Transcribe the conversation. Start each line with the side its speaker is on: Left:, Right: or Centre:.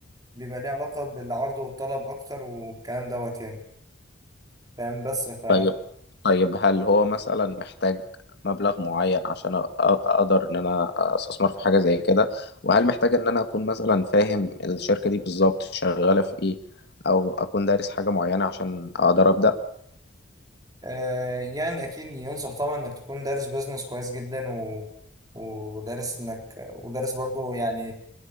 Right: بيبقى ليه علاقة بالعرض والطلب أكتر والكلام دوت يعني فاهم بس ف
Left: طيب طيب هل هو مثلا محتاج مبلغ معين عشان أ- أ- اقدر ان انا استثمر في حاجه زي كده وهل محتاج ان انا اكون مثلا فاهم الشركه دي بالظبط شغاله في ايه او اكون دارس حاجه معينه عشان اقدر ابدا
Right: آه يعني أكيد ينصح طبعا إنك تكون دارس بيزنس كويس جدا و... ودارس إنك ودارس برضو يعني